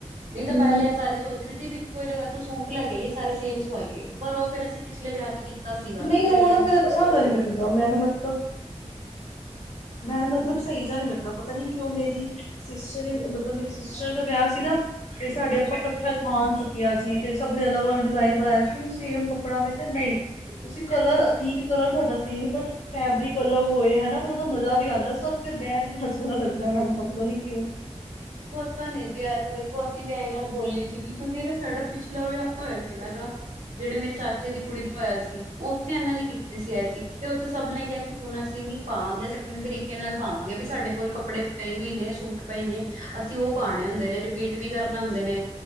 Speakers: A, on the right; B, on the left.
A: ਨੀ ਤਾਂ
B: ਹਮ।
A: ਪਹਿਲੇ ਸਾਰੇ ਸੋਚ ਅਸੀ ਵੀ ਇੱਕੋ ਜਗ੍ਹਾ ਤੋ ਸੂਟ ਲੈਕੇ ਆਈਏ ਸਾਰੇ ਸੇਮ ਸਵਾਇਯੇ। ਪਰ ਉਹ ਫ਼ੇਰ ਅਸੀਂ ਪਿਛਲੇ ਵਿਆਹ ਤੇ ਕੀਤਾ ਸੀਗਾ
B: ਨਹੀਂ
A: ਤੇ ਫੇਰ
B: ਉਹ
A: ਕਹਿੰਦੇ
B: ਨਾ ਅੱਛਾ ਦਾ ਨੀ ਲੱਗਦਾ ਮੈਨੂੰ ਮਤਲਬ ਮੈਂ ਮਤਲਬ ਸਈ ਜਾ ਨਈ ਲੱਗਦਾ, ਪਤਾ ਨੀ ਕਿਉ ਮੇਰੀ ਸਿਸਟਰ ਮਤਲਬ ਮੇਰੀ ਸਿਸਟਰ ਦਾ ਵਿਆਹ ਸੀ ਨਾ ਤੇ ਸਾਡੇ ਆਪਾਂ ਇਕੱਠਾ ਥਾਂਨ ਚੁੱਕੇਆ ਸੀ। ਫੇਰ ਤੇ ਸਭ ਨੇ ਅਲੱਗ-ਅੱਲਗ ਡਿਜ਼ਾਇਨ ਬਨਾਏ ਸੀ ਸੇਮ ਕਪ ੜਾ ਮੈਂ ਕਿਹਾ ਨਈ, ਤੁਸੀਂ ਕਲਰ ਠੀਕ ਕਲਰ ਤੁਹਾਡਾ ਸੇਮ ਬਟ ਫੈਬਰਿਕ ਅਲੱਗ ਹੋਏ ਹਨਾ ਤੇ ਮਜ਼ਾ ਵੀ ਆਂਦਾ ਸਭ ਫੇਰ ਬੈਗ ਵੀ ਬਣਾ ਸੋਨਾ ਲੱਗਦਾ ਮੈਨੂੰ ਤਾਂ ਪਤਾ ਨੀ ਕਿਉਂ।
A: ਪਤਾ ਨੀ ਜੀ ਆ ਤੇ ਦੇਖੋ ਅਸੀਂ ਵੀ ੲਹਈ ਗੱਲ ਬੋਲੀ ਸੀਗੀ ਕਿਉਂਕਿ ਇਹ ਸੜਕ ਪਿਛਲਾ ਵਿਆਹ ਹੋਇਆ। <unintelligible> ਸੀਗਾ ਨਾ। ਜਿਹੜੇ ਮੇਰੇ ਚਾਚੇ ਦੀ ਕੁੜੀ ਦਾ ਹੋਏਆ ਸੀ। ਉੱਥੇ ਇਹਨਾਂ ਨੇ ਕੀਤੀ ਸੀ ਇਹ ਚੀਜ਼, ਤੇ ਉੱਥੇ ਸਭ ਨੇ ਕਿਹਾ ਕਿ ਹੁਨ ਅ ਅਸੀਂ ਨੀ ਪਾਵਾਂਗੇ, ਅਸੀਂ ਆਪਨੇ ਤਰੀਕੇ ਨਾਲ ਪਾਵਾਂਗੇ ਬਈ ਸਾਡੇ ਕੋਲ ਕੱਪੜੇ ਪਏ ਵੀ ਨੇ ਸੂਟ ਪਏ ਨੇ। ਅਸੀਂ ਉਹ ਪਾਉਣੇ ਹੁੰਦੇ ਨੇ, ਰਿਪੀਟ ਵੀ ਕਰਨੇ ਹੁੰਦੇ ਨੇ,